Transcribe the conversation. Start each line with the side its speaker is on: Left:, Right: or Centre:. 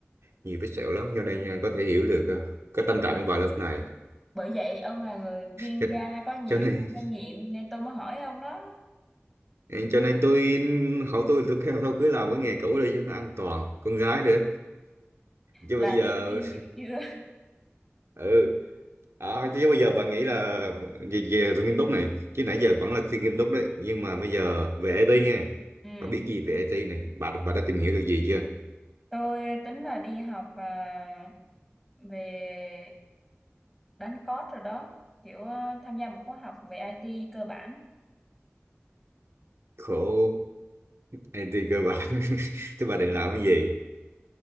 Right: nhiều vết sẹo lắm cho nên nha, có thể hiểu được ờ, cái tâm
Centre: thì
Right: trạng
Centre: đó
Right: của bà lúc này
Centre: bởi vậy ông là người chuyên
Right: cho,
Centre: gia có nhiều
Right: cho nên
Centre: kinh nghiệm nên tôi mới hỏi ông đó
Right: cho nên tôi hỏi tôi tôi kêu thôi cứ làm cái nghề cũ đi cho nó an toàn con gái nữa chứ
Centre: là
Right: bây giờ
Centre: lời khuyên dữ chưa
Right: ừ Ờ, chứ bây giờ bạn nghĩ là về, về nghiêm túc này chứ nãy giờ
Centre: <laughs> ừ.
Right: vẫn là khuyên nghiêm túc đấy nhưng mà bây giờ về IT nha
Centre: ừ
Right: bạn biết gì về IT này bà bà đã tìm hiểu được gì chưa
Centre: tôi tính là đi học à, về đánh code rồi đó kiểu à, tham gia một khóa học về IT cơ bản
Right: khổ IT cơ bản <laughs> thế bà định làm cái gì